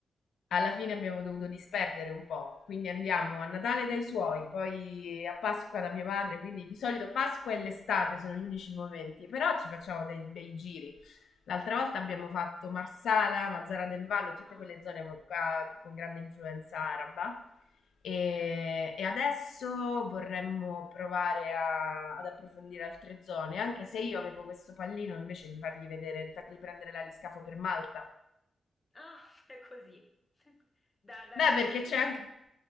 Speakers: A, on the left; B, on the left.
A: Alla fine abbiamo dovuto disperdere un po', quindi andiamo a Natale dai suoi, poi a Pasqua da mia madre, quindi di solito Pasqua e l'estate sono gli unici momenti, però ci facciamo dei bei giri. L'altra volta abbiamo fatto Marsala, Mazzara del Vallo, tutte
B: Ah,
A: quelle zone qua con grande influenza araba. E, e adesso vorremmo provare a- ad approfondire altre zone, anche se io avevo questo pallino invece di fargli vedere, di fargli prendere l'aliscafo per Malta.
B: Ah, <laughs> è così. Da- dalla
A: Beh, perché
B: Sicilia.
A: c'è anche...